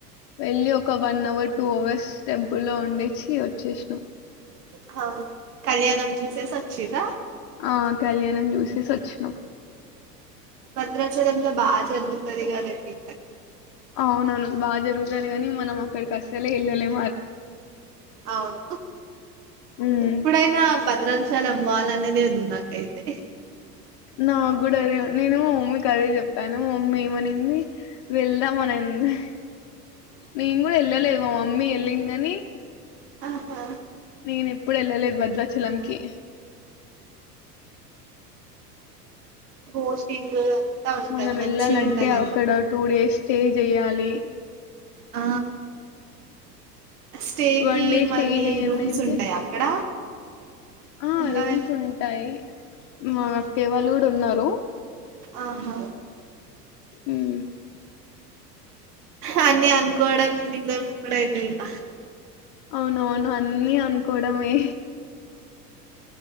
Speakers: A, on the left; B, on the right.
A: వెళ్ళి ఒక వన్ అవర్ టూ అవర్స్ టెంపుల్లో ఉండేచి వచ్చేసినం
B: హ కళ్యాణం చుసెసి ఒచ్చిర్ర
A: ఆ కళ్యాణం చూసేసి ఒచ్చినం
B: భద్రాచలంలో బా జరుగుతది కదండీ
A: అవునవును బాగ జరుగుతది కాని మనం అక్కడికి అస్సలే ఎళ్ళలేము
B: అవును
A: ఉమ్
B: ఎప్పుడైనా భద్రాచలం పోవాలన్నదే ఉంది మాకైతే
A: నాకు కూడా అదే నేను మమ్మీకి అదే చెప్పాను మా మమ్మీ ఏమనింది వెళ్దాం అని అంది నేను కూడా వెళ్ళలేదు మా మమ్మీ ఎళ్ళిన్ కనీ
B: ఆహా
A: నేను ఎప్పుడు వెళ్ళలేదు భద్రాచలంకి
B: హోస్టింగ్ అంతా ఉంటది
A: మనం
B: మంచిగా
A: వెళ్ళాలంటే
B: ఉంటది
A: అక్కడ టూ డేస్ స్టే చెయ్యాలి
B: ఆ స్టేకి
A: వన్ డే స్టే
B: మళ్ళీ
A: చెయ్యంది
B: రూమ్స్
A: అయితే
B: ఉంటాయి అక్కడ
A: ఆ
B: ఉండవేమో
A: రూమ్స్ ఉంటాయి మా
B: ఆహా
A: అక్కేయ్య వాళ్ళు కూడా ఉన్నారు రు
B: ఆహా
A: మ్
B: అన్నిీ అనుకోడం నిజం ఎప్పుడు అయితయో
A: అవునవును అన్నీ అనుకోవడమే